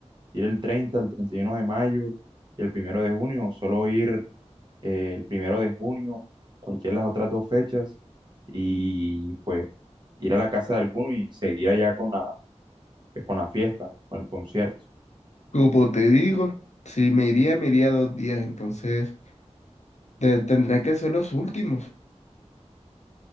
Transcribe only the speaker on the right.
ir el 30, el 31 de mayo y el primero de junio, o solo ir eh, el primero de junio, cualquiera de las otras dos fechas, y pues ir a la casa de alguno y seguir allá con la, pues, con la fiesta, con el concierto.